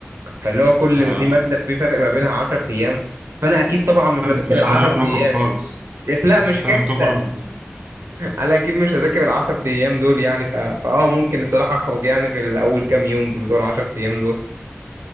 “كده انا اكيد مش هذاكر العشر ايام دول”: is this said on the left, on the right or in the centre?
Right